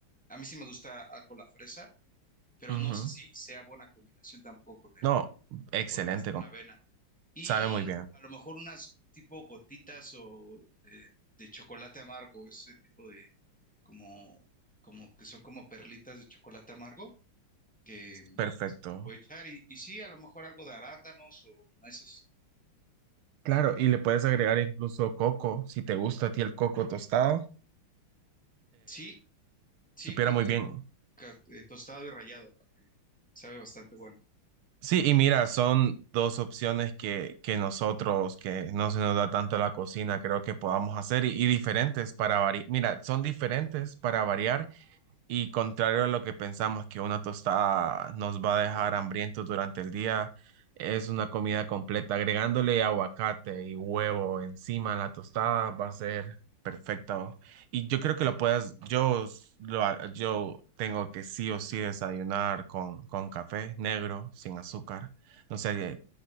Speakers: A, in the centre; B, on the right.
A: A mí sí me gusta algo la fresa, pero
B: Ujú.
A: no sé si sea buena combinación tampoco con el,
B: No, excelente,
A: con la, con
B: com-
A: la avena. Y
B: sabe muy bien.
A: a lo mejor unas tipo gotitas o eh, de chocolate amargo, ese tipo de como, como que son como perlitas de chocolate amargo que mm,
B: Perfecto.
A: este, puedo echar. Y, y sí, a lo mejor algo de arándanos o nueces.
B: Claro, y le puedes agregar incluso coco, si te gusta a ti el coco tostado.
A: Sí, sí,
B: Supiera
A: cu-
B: muy
A: de,
B: bien.
A: ca- eh, tostado y rallado, ¿no? Que sabe bastante bueno.
B: Sí, y mira, son dos opciones que, que nosotros, que no se nos da tanto la cocina, creo que podamos hacer y, y diferentes para variar. Mira, son diferentes para variar Y contrario a lo que pensamos que una tostada nos va a dejar hambrientos durante el día, es una comida completa. Agregándole aguacate y huevo encima a la tostada va a ser perfecto. Y yo creo que lo puedas, yo, s- lo ha- yo tengo que sí o sí desayunar con, con café negro, sin azúcar. No sé, eh,